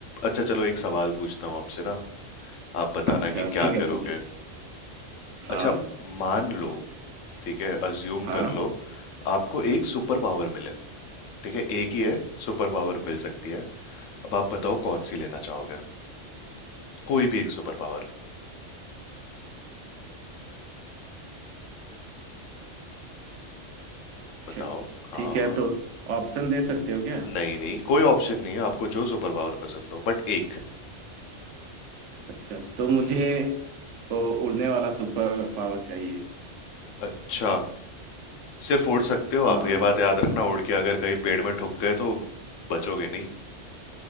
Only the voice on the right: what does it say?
अच्छा
ठीक है
पूछो हाँ
हाँ
अच्छा
ठीक है
तो ऑप्शन दे सकते हो क्या
अच्छा तो मुझे
तो उड़ने वाला सुपर पावर चाहिए
हाँ